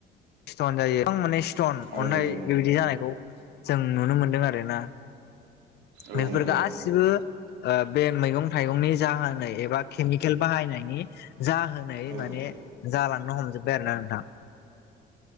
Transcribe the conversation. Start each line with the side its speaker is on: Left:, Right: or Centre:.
Left: स्टन जायो । <unintelligible> माने स्टन
Right: औ
Left: अन्थाइ
Right: नंगौ
Left: बेबायदि जानायखौ जों नुनो मोनदों आरोना ।
Right: औ
Left: बेफोर
Right: नंगौ
Left: गासिबो ओ बे मैगं-थाइगंनि जाहोनै एबा केमिकेल बाहायनायनि जाहोनै
Right: औ
Left: माने जालांनो हमजोबबाय आरो ना नोंथां।